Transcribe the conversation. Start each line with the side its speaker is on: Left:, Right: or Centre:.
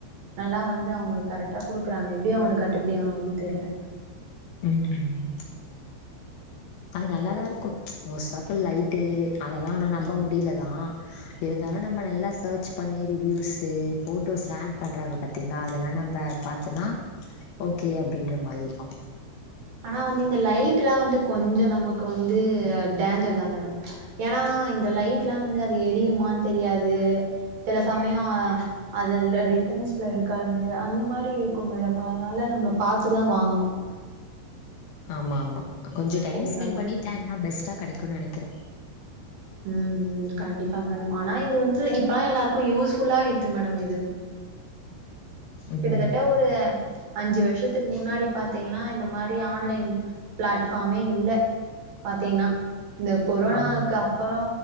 Right: நல்லா வந்து அவுங்க கரெக்ட்டா குடுக்குறாங்க எப்டி அவுங்களுக் கட்டுப்பிடி ஆகுதுன் தெர்ல
Left: ம் அது நல்லாதா இருக்கு மோஸ் ஆஃபு லைட்டு அதெல்லா ஆனா நம்ப முடில தா இருந்தாலு நம்ம நல்லா சர்ச் பண்ணி ரிவியூ்ஸு ஃபோட்டோஸ் ஸ்லாங் பண்றாங்க பாத்தீங்ளா அதெல்லா நம்ப பாத் துனா ஓகே அப்டின்ற மாரி இருக்கு
Right: ஆனா வந்து இந்த லைட்டுலா வந்து கொஞ்சோ நமக் வந்து டாஞ்சர் தா மேடம் ஏனா இந்த லைட்ல வந்து அது எரியுமான் தெரியாது சில சமையோ அதெல்லா ரிட்டர்ன்ஸ்ல இருக்காது அந்த மாரி இருக்கும் மேடம் அதுனால நம்ம பாத்துதா வாங்கணு
Left: ஆமா கொஞ்சோ டைம்
Right: பொருளெல்லா
Left: ஸ்பெண் பண்ணி தேட்னா பெஸ்ட்டா கெடைக்குன் நெனைக்கிற
Right: ம் ம் கண்டிப்பா மேடம் ஆனா இது வந்து இப்பலா எல்லாருக்கு யூஸ்ஃபுல்லாய்ட்டு மேடம் இது கிட்டத்தட்ட
Left: ம்
Right: ஒரு அஞ்சு வர்ஷத்துக்கு முன்னாடி பாாரத்தீங்கனா இந்த மா ரி ஆன்லைன் பிளாட்ஃபாமே இல்ல பாத்தீங்ன்னா இந்த கொரோனாக்கு
Left: ஆமா
Right: அப் பறோ